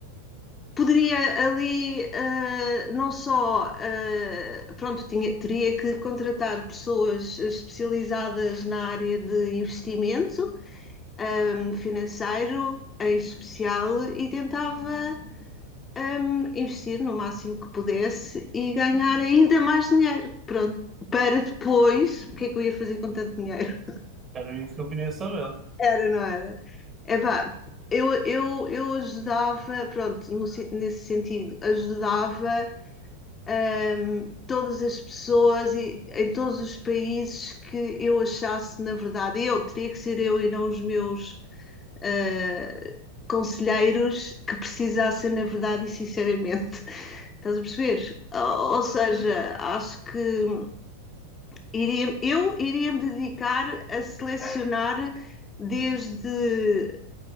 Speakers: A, on the left (about 20°); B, on the right (about 25°).
A: poderia ali uh, não só uh, pronto, tinha, teria que contratar pessoas especializadas na área de investimento um, financeiro em especial e tentava hum, investir no máximo que pudesse e ganhar ainda mais dinheiro. Pronto, para depois, o que é que eu ia fazer com tanto dinheiro?
B: Era isso que eu queria saber.
A: <laughs> Era, não era? Epá, eu, eu, eu ajudava, pronto, no nesse sentido, ajudava hum, todas as pessoas e em todos os países que eu achasse, na verdade, eu teria que ser eu e não os meus ah, conselheiros que precisassem, na verdade e sinceramente. Estás a perceber? Ou
B: Ok,
A: seja, acho que iria, eu iria me dedicar a selecionar desde